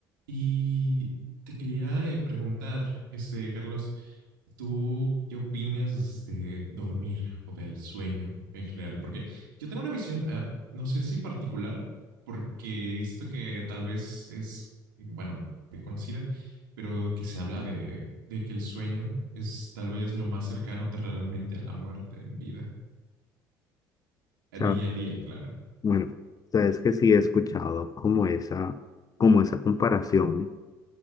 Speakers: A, on the right; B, on the left.
A: Y te quería eh, preguntar, este, Carlos, ¿tú qué opinas de dormir o del sueño en general? Porque yo tengo una visión, eh, no sé si particular, porque he visto que tal vez es, bueno, eh, conocida, pero que se habla de, de que el sueño es tal vez lo más cercano terrenalmente a la muerte en vida,
B: O
A: en
B: sea,
A: el día a día, claro.
B: bueno, sabes que sí he escuchado como esa, como esa comparación